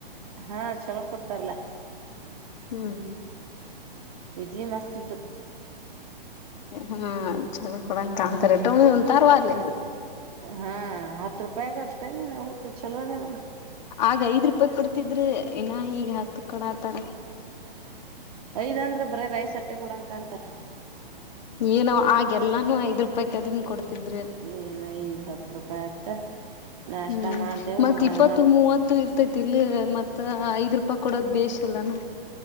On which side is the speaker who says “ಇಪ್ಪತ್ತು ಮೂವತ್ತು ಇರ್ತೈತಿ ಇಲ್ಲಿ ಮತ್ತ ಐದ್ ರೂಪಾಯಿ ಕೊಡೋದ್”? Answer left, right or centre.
Left